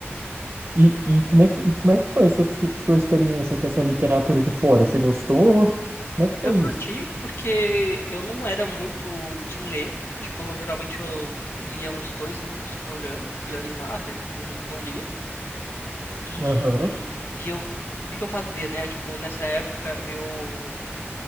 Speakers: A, on the right; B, on the left.
A: E, e, como é que, e como é que foi a sua, expe- sua experiência com essa literatura de fora? Você gostou? Como é que foi
B: Eu curti
A: isso?
B: porque eu não era muito de ler, tipo, geralmente eu lia uns dois livros por ano, e olhe lá, às vezes não, não lia. E,
A: Aham,
B: e eu, o que que eu fazia, né? Tipo, nessa época eu,